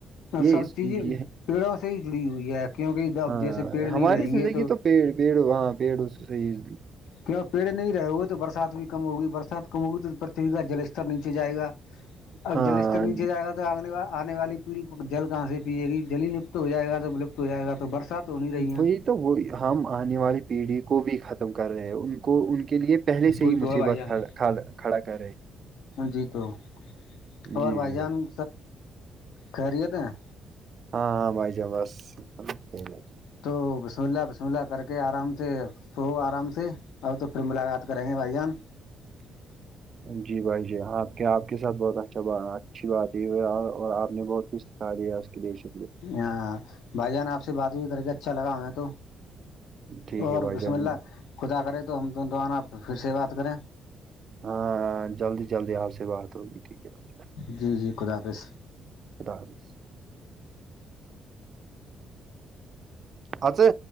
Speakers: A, on the right; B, on the left.
A: یہ
B: سب
A: اس
B: چیزیں
A: یہ
B: پیڑوں سے ہی جڑی ہوئی ہے کیونکہ جب
A: ہاں
B: جیسے پیڑ نہیں
A: ہماری
B: رہیں
A: زندگی
B: گے تو
A: پیڑ پیڑ ہاں پیڑ اس صحیح
B: کی پیڑ نہیں رہے ہو گئے تو برسات بھی کم ہوگی برسات کم ہوگی تو پ پرتویھ کا جلستتر نیچے جائے گا اب
A: ہاں
B: جلستتر نیچے جائے گا تو آگنے آنے والی پیڑھیی جل کہاں سے ا ی جلی لپت ہو جائے گا جب لپت ہو جائے گ تو برسات ہو نہیں رہی ہے
A: وہی تو وہ ہم آنے والی پیڑھی کو بھی ختم کر رہے ہیں ان کو ان کے لیے پہلے سے
B: وہی
A: ہی
B: تو
A: مصیبتھ
B: ہے بھائی جان
A: کھڑا کرے
B: جی تو اور
A: جی
B: بھائی
A: جی
B: جان خریے تھا ہیں
A: ہاں ہاں بھ جا بس ک ل کیا
B: تو بسلہ بسملہ کر کے آرام سے سو آرام سے اور تو پھر ملاقات کریں گے بھائی جان <inaudible>
A: جی بھائی جی آپ کے آپ کے ساتھ بہت اچھا اچھی بات ہو اور آپ نے بہت کچھ آاد آس کے دییش
B: ہاں بھائی جان آپ سے بات بھی کر کے اچھا لگا ہمیں تو
A: ٹھیک
B: اور
A: ہے بھائی
B: بسم
A: جان
B: اللہ خدا کرے تو ہم دون دوبارہ آنا پھر سے بات کریں
A: ہاں جلدی جلدی آپ سے بات ہوگی ٹھیک ہے بھائی
B: جی جی خدا حافظ
A: خدا حافظ آ بی